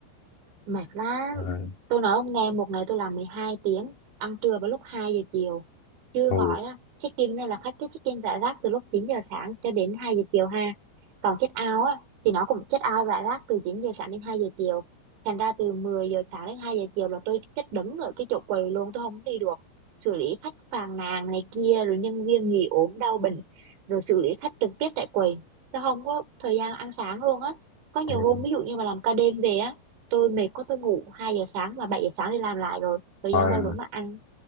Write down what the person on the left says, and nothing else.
rồi
hồ
rồi
à,